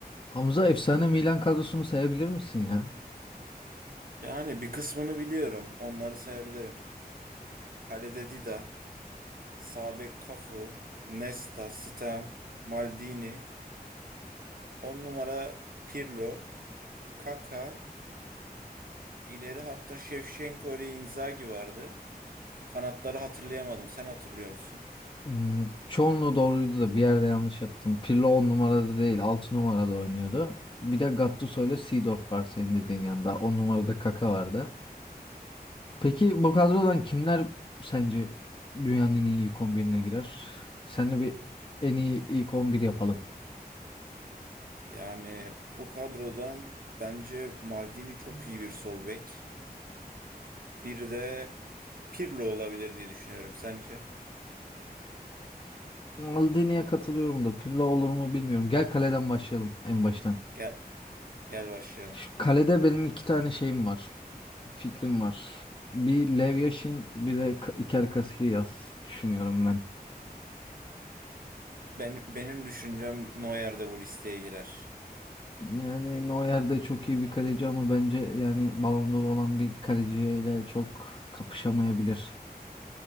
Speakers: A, on the left (about 30°); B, on the right (about 60°).
A: Hamza efsane Milan kadrosunu sayabilir misin ya?
B: Yani bir kısmını biliyorum. Onları sayabilirim. Kalede Dida, sağ bek Cafu, Nesta, Stam, Maldini, 10 numara Pirlo, Kaka, ileri hatta Şevşenko ile Inzaghi vardı. Kanatları hatırlayamadım. Sen hatırlıyor musun?
A: Hmm, çoğunluğu doğruydu da bir yerde yanlış yaptın. Pirlo 10 numarada değil 6 numarada oynuyordu. Bir de Gattuso ile Seedorf var senin dediğin yanında. 10 numarada Kaka vardı. Peki bu kadrodan kimler sence dünyanın en iyi ilk 11'ine girer? Seninle bir en iyi ilk 11 yapalım.
B: Yani bu kadrodan bence Maldini çok iyi bir sol bek. Bir de Pirlo olabilir diye düşünüyorum. Sence?
A: Maldini'ye katılıyorum da Pirlo olur mu bilmiyorum. Gel kaleden başlayalım en baştan.
B: Gel, gel başlayalım.
A: Şu kalede benim iki tane şeyim var. fikrim var. Bir Lev Yashin bir de Ka- Iker Casillas düşünüyorum ben.
B: Ben, benim düşüncem Neuer de bu listeye girer.
A: Yani Neuer de çok iyi bir kaleci ama bence yani Ballon d'Or olan bir kaleciyle çok kapışamayabilir.